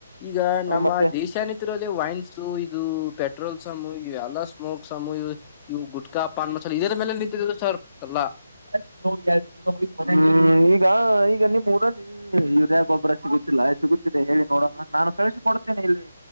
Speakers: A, on the left; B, on the right.
A: ಈಗ ನಮ್ಮ
B: ಮತ್ತೆ
A: ದೇಶಾನಿ ಇರದೆ ವೈನ್ಸ ಇದು ಪೆಟ್ರೋಲ್ ಸಮು ಇ ಎಲ್ಲಾ ಸ್ಮೋಕ್ ಸಮು ಇದ ಇವು ಗುಟ್ಕಾ ಪಾನ್ ಮಸಾಲ ಇದರ ಮೇಲೆ ನಿಂತಿದ ಸರ್ ಏಲ್ಲಾ.
B: <unintelligible> ಹ್ಮ್ ಈಗ ಈಗ ನಿಮ್ ಊರಲ್ಲಿ ಯುರಿಯ ಗೊಬ್ಬರ. ಸಿಗುತ್ತಿಲ್ಲ ಸಿಗುತ್ತಿದೆ ಹೇಳಿ ನೋಡೋಣ ನಾನು. ಕಳ್ಸಿಕೊಡ್ತೇನೆ ಇಲ್ಲಿ